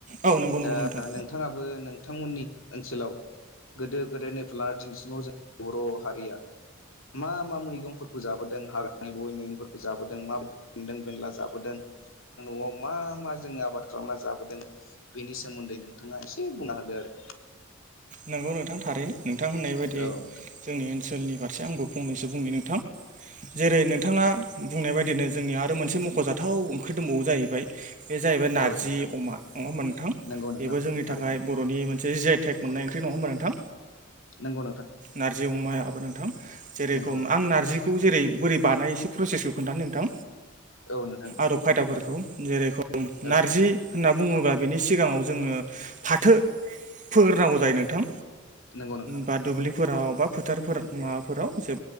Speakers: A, on the right; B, on the left.
A: औ नंगौ नंगौ
B: दा
A: नोंथां
B: नोंथाङाबो नों थांमोननि ओनसोलाव गोदो गोदायनि <unintelligible> दिनैसिमाव जों बर' हारिया मा मा मैगंफोरखौ जाबोदों हाग्रानि बबे मैगंफोरखौ जाबोदों माबायदि बेन्दों बेनला जाबोदों? न'आव मा मा जोङो आबाद खालामना जाबोदों? बेनि सोमोन्दै नोंथाङा एसे बुंना होदो आरो?
A: नंगौ नोंथां थारैनो नोंथां होननाय बायदि
B: औ नोंथां
A: जोंनि ओनसोलनि फारसे आंबो फंनैसो बुंनि नोंथां जेरै नोंथाङा बुंनाय बायदिनो जोंनि आरो। आरो मोनसे मख'जाथाव ओंख्रि दंबावो जाहैबाय। बे जाहैबाय नारजि
B: औ नोंथां
A: अमा अमा मोनथाम
B: नंगौ नोंथां
A: बेबो
B: नंगौ
A: जोंनि
B: थारैनो
A: थाखाय बर'नि मोनसे जेटेक नाय ओंख्रि नङा होमब्ला नोंथां।
B: नोंगौ
A: नारजि अमायाबो नोंथां जेरैखम
B: नंगौ
A: आं नारजिखौ जेरै बोरै बानाय एसे प्रसेसखौ खोन्थानो नोंथां
B: औ नोंथां दे
A: आदब खायदाफोरखौ जेरै
B: औ
A: नारजि होनना बुङोब्ला बेनि सिगाङाव जोङो फाथो फोरनांगौ जायो नोंथां
B: नंगौ नोंथां नंगौ
A: बा दुब्लि फोराव बा फोथारफोर माबाफोराव ज